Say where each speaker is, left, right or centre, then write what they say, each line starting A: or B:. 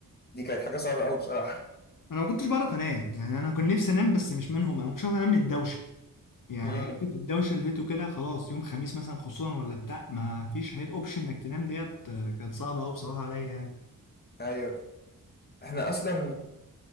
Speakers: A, on the left (about 30°); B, on the left (about 65°).
A: دي كانت حاجه صعبه قوي بصراحه
B: انا ما كنتش بعرف انام يعني انا كنت نفسي انام بس مش منهم انا ما كنتش عارف انام من الدوشه يعني
A: امم
B: حته الدوشه اللي لقيته كده خلاص يوم خميس مثلا خصوصا ولا بتاع ما فيش هيد اوبشن انك تنام ديت آه، كانت صعبه قوي بصراحه عليا يعني
A: ايوه احنا اصلا